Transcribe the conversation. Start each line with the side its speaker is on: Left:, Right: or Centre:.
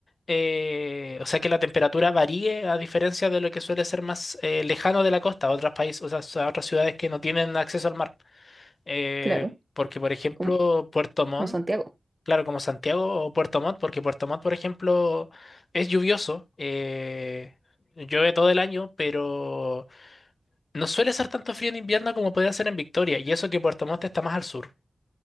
Left: eh, o sea, que la temperatura varíe a diferencia de lo que suele ser más eh, lejano de la costa, otros países, o sea, otras ciudades que no tienen acceso al mar. Eh,
Right: Claro,
Left: porque, por ejemplo,
Right: como,
Left: Puerto Montt,
Right: como Santiago,
Left: claro, como Santiago o Puerto Montt, porque Puerto Montt, por ejemplo, es lluvioso, eh, llueve todo el año, pero no suele ser tanto frío en invierno como puede ser en Victoria, y eso que Puerto Montt está más al sur.